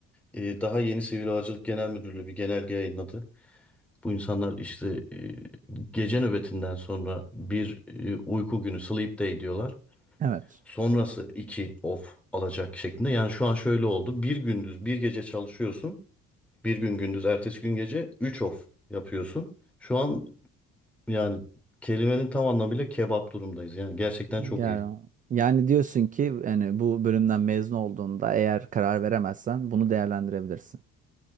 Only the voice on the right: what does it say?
Evet.
Yani,
yani diyorsun ki yani bu bölümden mezun olduğunda eğer karar veremezsen bunu değerlendirebilirsin.